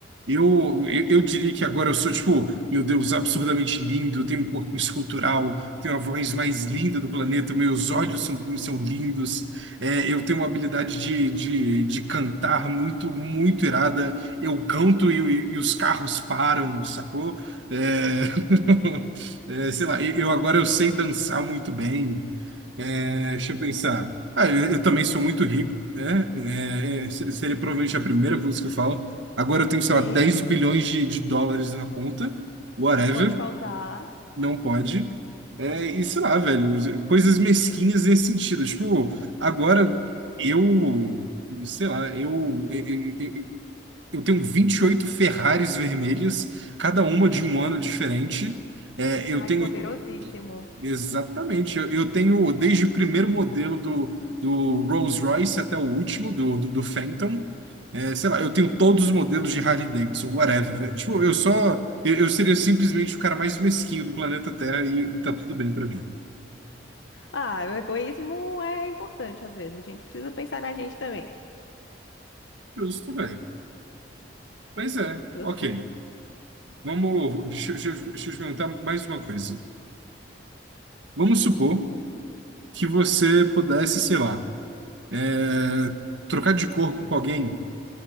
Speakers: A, on the right (about 80°); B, on the left (about 80°).
A: Eu, eu, eu diria que agora eu sou, tipo, meu Deus, absurdamente lindo, eu tenho um corpo escultural, tenho a voz mais linda do planeta, meus olhos são, são lindos, é, eu tenho uma habilidade de, de, de cantar muito, muito irada, eu canto e, e- e os carros param, sacou? É, <laughs> é, sei lá, eu eu agora eu sei dançar muito bem. É, deixa eu pensar. Ah, eu, eu também sou muito rico, né? É, é, se- seria provavelmente a primeira coisa que eu falo. Agora eu tenho,
B: Sim,
A: sei lá, 10 bilhões de, de dólares na conta, whatever,
B: não pode faltar.
A: não pode. É, e sei lá, velho, coisas mesquinhas nesse sentido. Tipo, agora eu, sei lá, eu, eu, eu, eu tenho 28 Ferraris vermelhos, cada uma de um ano diferente. É,
B: Ai,
A: eu tenho
B: poderosíssimo.
A: Exatamente. Eu, eu tenho desde o primeiro modelo do, do Rolls-Royce até o último, do, do, do Phantom. É, sei lá, eu tenho todos os modelos de Harley Davidson, whatever. velho. Tipo, eu só. Eu, eu seria simplesmente o cara mais mesquinho do planeta Terra e, e tá tudo bem pra mim.
B: Ah, o egoísmo é importante às vezes. A gente precisa pensar na gente também.
A: Justo, velho. Mas é,
B: Tudo
A: ok.
B: tá.
A: Vamos. Deixa, eu- deixa, eu- deixa eu te perguntar mais uma coisa. Vamos supor que você pudesse, sei lá, é, trocar de corpo com alguém